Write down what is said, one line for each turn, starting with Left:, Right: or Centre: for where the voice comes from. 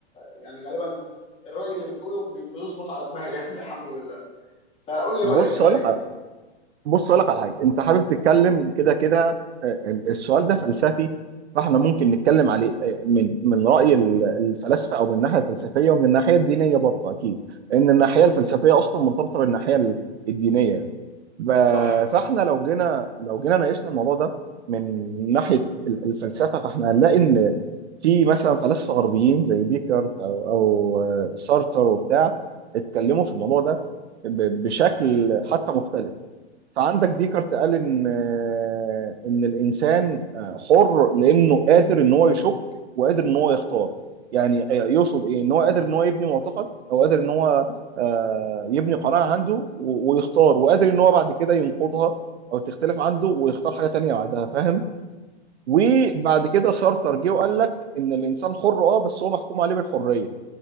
Left: يعني غالبا الراي اللي بتقوله بي- بيظبط على دماغي <laughs> يعني الحمد لله فقول لي
Right: بص
Left: رايك كده
Right: اقول
Left: ايه؟
Right: لك على بص اقول لك على حاجه انت حابب تتكلم كده كده آه، ال- السؤال ده فلسفي فاحنا ممكن نتكلم عليه آه، من من راي ال- الفلاسفه او من الناحيه الفلسفيه ومن الناحيه الدينيه برضه اكيد لان الناحيه
Left: امم
Right: الفلسفيه اصلا مرتبطه بالناحيه ال- الدينيه ب-
Left: صح
Right: فاحنا لو جينا لو جينا ناقشنا الموضوع ده من ناحيه ال- الفلسفه فاحنا هنلاقي ان في مثلا فلاسفه غربيين زي ديكارت او او سارتر وبتاع اتكلموا في الموضوع ده ب- بشكل حتى مختلف فعندك ديكارت قال ان آه، ان الانسان آه، حر لانه قادر ان هو يشك وقادر ان هو يختار يعني يقصد ايه ان هو قادر ان هو يبني معتقد او قادر ان هو آه، يبني قناعه عنده و- ويختار وقادر ان هو بعد كده ينقضها او تختلف عنده ويختار حاجه تانية بعدها فاهم وبعد كده سارتر جه وقال لك ان الانسان حر اه بس هو محكوم عليه بالحريه